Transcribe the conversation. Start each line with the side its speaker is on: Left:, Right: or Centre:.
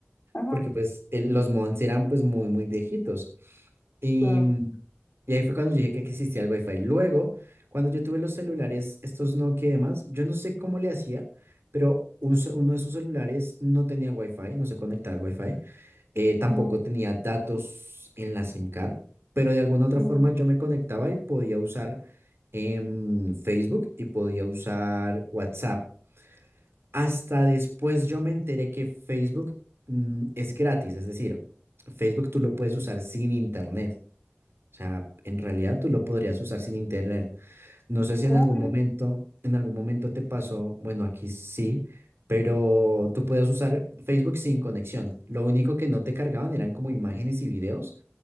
Left: ajá,
Right: porque pues el- los modems eran pues muy, muy viejitos. Y,
Left: claro.
Right: y ahí fue cuando yo dije que que existía el Wi-Fi. Luego, cuando yo tuve los celulares, estos Nokia y demás, yo no sé cómo le hacía, pero un ce- uno de sus celulares no tenía Wi-Fi, no se conectaba al Wi-Fi, eh, tampoco
Left: Ujú,
Right: tenía datos en la SIM card, pero de alguna otra
Left: ujú.
Right: forma yo me conectaba y podía usar em, Facebook y podía usar WhatsApp. Hasta después yo me enteré que Facebook mm, es gratis, es decir, Facebook tú lo puedes usar sin internet. O sea, en realidad tú lo podrías usar sin internet. No sé si
Left: ¿Cómo
Right: en algún
Left: crees?
Right: momento, en algún momento te pasó, bueno, aquí sí, pero tú podías usar Facebook sin conexión. Lo único que no te cargaban eran como imágenes y videos,